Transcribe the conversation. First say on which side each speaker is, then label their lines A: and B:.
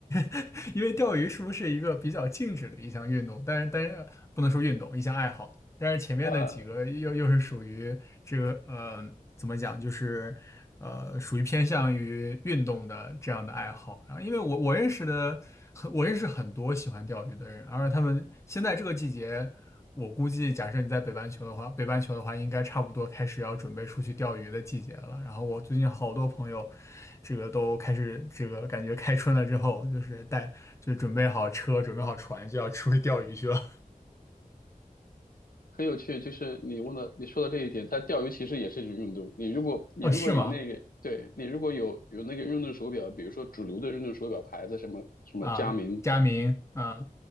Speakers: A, on the left; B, on the left.
A: <laughs> 因为钓鱼是不是一个比较静止的一项运动？但是但是不能说运动，一项爱好。但是前面的几个又又是属于这个呃，
B: 呃，
A: 怎么讲，就是呃，属于偏向于运动的这样的爱好。然后，因为我我认识的很，我认识很多喜欢钓鱼的人，而他们现在这个季节。我估计，假设你在北半球的话，北半球的话，应该差不多开始要准备出去钓鱼的季节了。然后我最近好多朋友，这个都开始这个感觉开春了之后，就是带就准备好车，准备好船，就要出去钓鱼去了。
B: 很有趣，就是你问的，你说的这一点，但钓鱼其实也是一种运动。你如果你如果有那个，
A: <laughs> 哦，是吗？
B: 对，你如果有有那个运动手表，比如说主流的运动手表牌子，什么什么佳明，
A: 啊，佳明，啊，